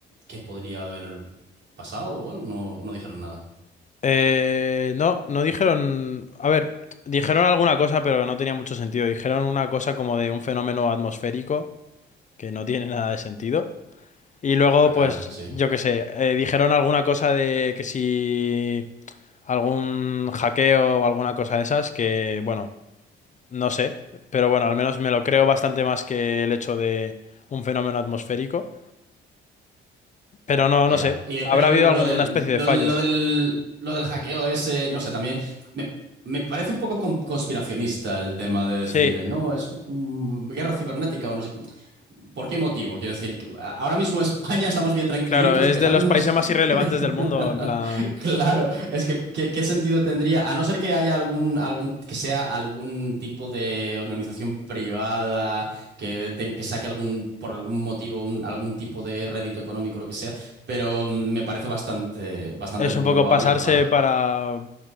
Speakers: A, on the right; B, on the left.
A: que podría haber pasado o algo. No, no dijeron nada
B: Eh, no, no dijeron. A ver, dijeron alguna cosa, pero no tenía mucho sentido. Dijeron una cosa como de un fenómeno atmosférico, que no tiene nada de sentido. Y luego,
A: por la cara,
B: pues,
A: sí.
B: yo qué sé, eh, dijeron alguna cosa de que si algún hackeo o alguna cosa de esas, que, bueno, no sé. Pero bueno, al menos me lo creo bastante más que el hecho de un fenómeno atmosférico. Pero no,
A: Ya,
B: no sé.
A: y, eh,
B: Habrá
A: pero
B: habido
A: lo,
B: alguna
A: lo del,
B: especie
A: lo,
B: de fallo.
A: del, lo del, lo del hackeo ese, no sé, también me, me parece un poco con- conspiracionista el tema de decir,
B: Sí,
A: no, es un- guerra cibernética o no sé. ¿Por qué motivo? Quiero decir, que a- ahora mismo <laughs> España estamos bien tranquilitos,
B: claro, es
A: dejadnos.
B: de los países
A: <laughs>
B: más irrelevantes del mundo, en plan.
A: Claro, es que ¿qué, qué sentido tendría? A no ser que haya algún, algún, que sea algún tipo de organización privada que, te- que saque algún, por algún motivo, un- algún tipo de rédito económico, lo que sea pero me parece bastante, bastante
B: Es
A: poco
B: un poco
A: probable.
B: pasarse
A: ba-
B: para